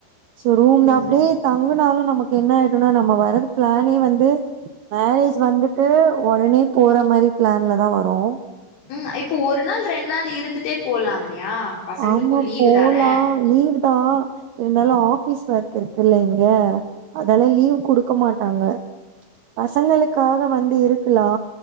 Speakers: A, on the right (about 80°); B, on the left (about 85°).
A: சோ ரூம்ல
B: ம்
A: அப்டியே தங்குனாலு நமக்கு என்ன ஆயிடுனா நம்ம வர்றது பிளானே வந்து மேரேஜ் வந்துட்டு ஒடனே போற மாரி பிளான்ல தா வரோ
B: ம் இப்போ ஒரு நாள் ரெண்டு நாள் இருந்துட்டே போலா இல்லையா பசங்களுக்கு
A: ஆமா
B: லீவு
A: போலா
B: தான
A: லீவ் தா இருந்தாலு ஆபீஸ் ஒர்க் இருக்கில்ல இங்க அதெல்லா லீவ் குடுக்க மாட்டாங்க பசங்களுக்காக வந்து இருக்கலா